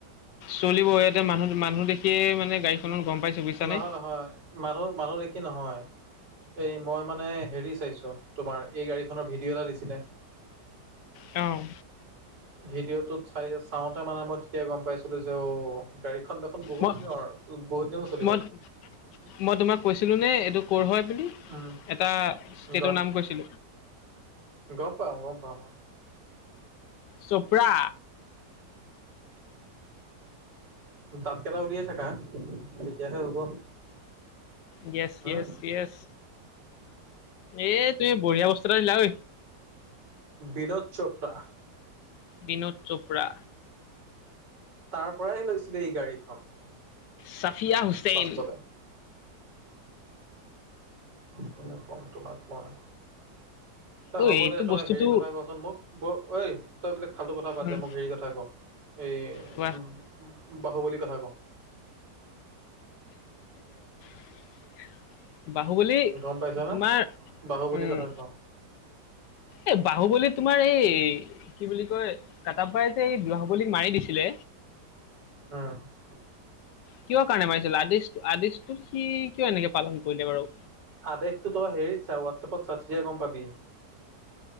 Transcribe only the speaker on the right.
নহয় নহয় মানুহ মানুহ দেখি নহয় এই মই মানে হেৰি চাইছো তোমাৰ এই গাড়ীখনৰ ভিডিঅ' এটা দিছিলে
ভিডিঅ'টোত চাই চাওঁতে মানে মই তেতিয়া গম পাইছিলো যে অ গাড়ী এখন দেখোন বহুত
দিনৰ বহুত দিনৰ পৰা চলি
উম,
গম,
গম পাওঁ গম পাওঁ ম
দাঁত কেইটা উলিয়াই থাককা তেতিয়াহে হ'ব
হম
বিনোদ চোপ্ৰা
তাৰ পৰাইহে লৈছিলে এই গাড়ীখন
বাস্তৱে কিনো কম তোমাক মই এ
হ'ব
দে তই
হেৰি কথা কচোন মোক ব ঐ তই এবিলাক ফাল্তু কথা বাদ
দে মোক হেৰি কথা ক এই
উ বাহু বলি কথা ক
গম পাইছনে
বাহুবলীৰ
কথা ক
উম
আদেশতো তই হেৰিত ছা হোৱাটছএপত চা তেতিয়া গম পাবি